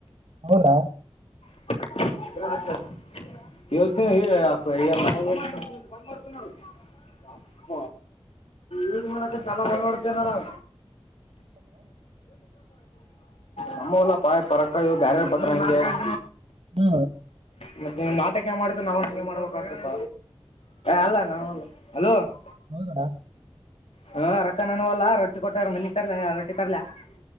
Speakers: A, on the right (about 75°); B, on the left (about 80°).
A: ಹೌದಾ
B: ಹ <inaudible> ಹೇಳ್ತೀನಿ <unintelligible> ಅಪ್ಪ ಈದ ಮಾಡಕ ಜಲ ಬಂದ ನೋಡ್ತೇನಾರ <unintelligible> ನಮ್ಮ ಎಲ್ಲ ಪಾಯ ಪರಕ ಇದು ಬ್ಯಾರೆ ಪತ್ರ ಹಂಗೆ <unintelligible>
A: ಹ್ಮ
B: ಮತ್ತೆ ನೀವ್ ನಾಟಕ ಮಾಡತ ನ ಅವನ ಹಂಗೆ ಮಾಡ್ಬೇಕಕ್ ಆಗ್ತ ಅಲ್ಲ ನಾವ ಅಲೋ <unintelligible>
A: ಹೌದಣಾ <inaudible>
B: ಹ ರೊಕ್ಕ ನಾನೂ ಅಲ್ಲಾ ರಟ್ಟಿ ಕೊಟ್ಟಾರ ಮನಿ ತರ್ಲಲ್ಲ ಯ ರೊಟ್ಟಿ ತರ್ಲ <unintelligible>